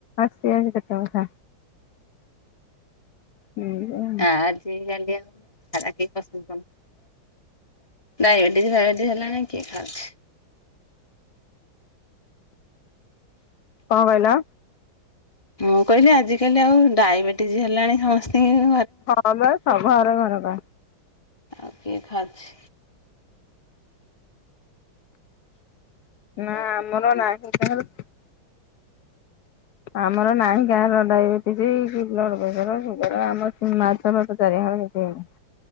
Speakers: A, on the left (about 70°); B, on the left (about 15°).
A: ସେୟା ବି ସତ କଥା ହୁଁ ଏଆ
B: ଆଜିକାଲି ଆଉ ଖା ଆଉ କି କସ ଡାଇବେଟିସ୍ ଫାଇବେଟିସ୍ ହେଲାଣି କିଏ ଖାଉଚି।
A: କଣ କହିଲ?
B: ମୁଁ କହିଲି ଆଜିକାଲି ଆଉ ଡାଇବେଟିଜ ବି ହେଲାଣି ସମସ୍ତିଙ୍କି
A: ହଁ ବା ସ ଘରେ ଘର ବା।
B: ଆଉ କିଏ ଖାଉଚି।
A: ନା ଆମର ନାହିଁ କାହାର। ଆମର ନାହିଁ କାହାର ଡାଇବେଟିସ୍ କି ବ୍ଲଡ ପ୍ରେସର ସୁଗାର ଆମ ଏପଟେ ମାଛ ଫାଛ ଚାରି <unintelligible> କିଛି ହେଇନି।